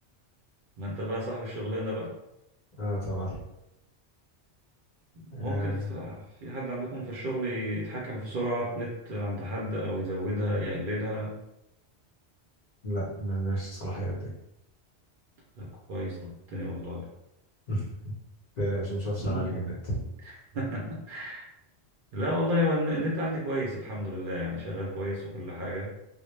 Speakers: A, on the right (about 60°); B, on the left (about 45°).
A: ما أنت بقى صاحب الشغلانة
B: اه طبعا آه
A: ممكن في في حد عندكم في الشغل يتحكم في سرعة نت عند حد أو يزودها يقللها
B: لا ملناش الصلاحيات دي
A: ده كويس الدنيا والله
B: <laughs> متقلقش مش هفصل
A: مم.
B: عليك النت
A: <laughs> لا والله هو الن- النت عندي كويس الحمد لله يعني شغال كويس وكل حاجة